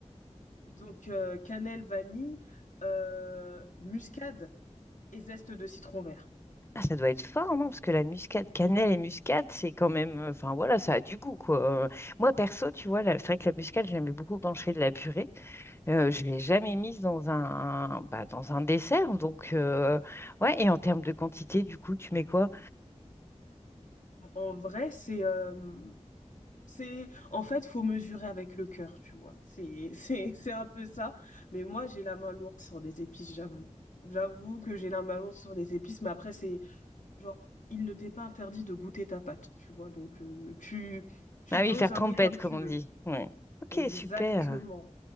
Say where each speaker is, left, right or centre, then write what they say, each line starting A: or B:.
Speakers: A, on the left (about 85°); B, on the left (about 20°).
A: Donc euh, cannelle, vanille, euh, muscade et zeste de citron vert.
B: Ah, ça doit être fort, non? Parce que la muscade, cannelle et muscade, c'est quand même. euh, Enfin, voilà, ça a du goût, quoi. Euh, Moi, perso, tu vois, la- c'est vrai que la muscade, j'aimais beaucoup quand je fais de la purée. Euh, je ne l'ai jamais mise dans un, bah, dans un dessert. Donc, euh, ouais, et en termes de quantité, du coup, tu mets quoi?
A: En vrai, c'est euh, C'est, en fait, faut mesurer avec le cœur, tu vois. C'est, c'est, <laughs> c'est un peu ça. Mais moi, j'ai la main lourde sur les épices, j'avoue. J'avoue que j'ai la main lourde sur les épices, mais après, c'est genre, il ne t'est pas interdit de goûter ta pâte, tu vois. Donc, euh, tu, tu
B: Ah oui,
A: doses
B: faire trempette,
A: un peu comme
B: comme
A: tu
B: on
A: veux.
B: dit. Ouais. Ok,
A: Exactement.
B: super.